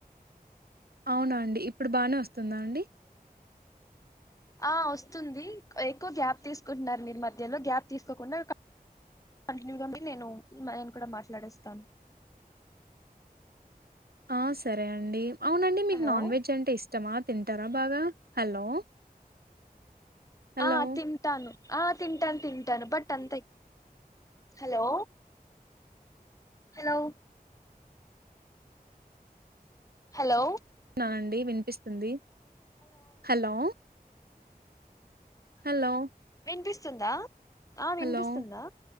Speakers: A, on the right; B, on the left.
A: అవునా అండి ఇప్పుడు బాగా వస్తుందా అండి
B: ఆ వస్తుంది ఎక్కువ గ్యాప్ తీసుకుంటున్నారు మీరు మధ్యలో గ్యాప్ తీసుకోకుండా కంటిన్యూగాండి నేను నేను కూడా మాట్లాడేస్తాను.
A: ఆ సరే అండి అవునండి మీకు
B: హలో
A: నాన్ వెజ్ అంటే ఇష్టమా తింటారా బాగా హలో హలో
B: ఆ తింటాను ఆ తింటాన్ తింటాను బట్ అంతా హలో హలో హలో
A: నా అండి వినిపిస్తుంది హలో హలో
B: వినిపిస్తుందా ఆ వినిపిస్తుందా
A: హలో